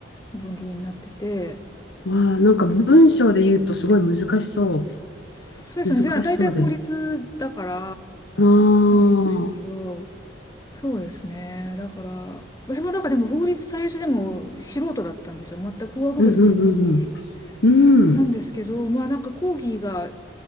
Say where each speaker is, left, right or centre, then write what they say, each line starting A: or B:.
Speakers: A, on the left; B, on the left.
A: 分類になってて、
B: わあ、なんか文章で言うとすごい難しそ
A: そうですね。
B: う。難しそうです。
A: じゃあ大体法律だから、
B: ああ、うん
A: かもしれないですけど、そうですね。だから、私もだからでも法律最初でも素人だったんですよ。全く法学部でもないし。
B: うんうんうん。うん。
A: なんですけど、まあなんか講義が